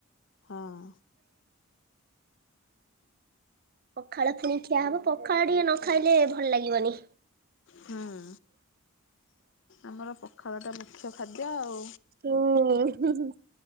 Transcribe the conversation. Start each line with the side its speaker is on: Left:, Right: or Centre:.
Left: ହଁ।
Right: ପଖାଳ ପୁଣି ଖିଆ ହବ‌ ପଖାଳ ଟିକେ ନ ଖାଇଲେ ଭଲ ଲାଗିବନି।
Left: ହଁ। ଆମର ପୋଖାଳଟା ମୁଖ୍ୟ ଖାଦ୍ୟ ଆଉ।
Right: ଉଁ ହୁଁ